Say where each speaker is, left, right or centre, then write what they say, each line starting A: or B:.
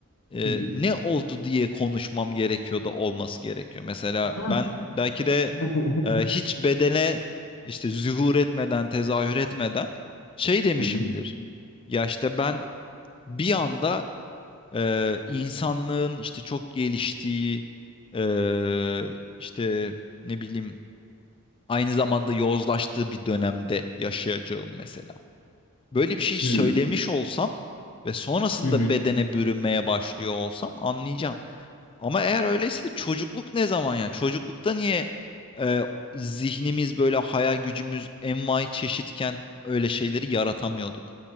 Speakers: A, on the left; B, on the left.
A: e,
B: hı hı.
A: ne oldu diye konuşmam gerekiyor da olması gerekiyor. Mesela
B: Aha.
A: ben belki de
B: <laughs>
A: e, hiç bedene işte zuhur etmeden, tezahür etmeden şey demişimdir.
B: Hı hı,
A: Ya işte ben bir anda e, insanlığın işte çok geliştiği e, işte ne bileyim aynı zamanda yozlaştığı bir dönemde yaşayacağım mesela. Böyle bir şey söylemiş
B: hı hı,
A: olsam ve sonrasında
B: hı hı.
A: bedene bürünmeye başlıyor olsam anlayacağım. Ama eğer öyleyse de çocukluk ne zaman ya? Çocuklukta niye e, zihnimiz böyle hayal gücümüz envai çeşitken öyle şeyleri yaratamıyorduk?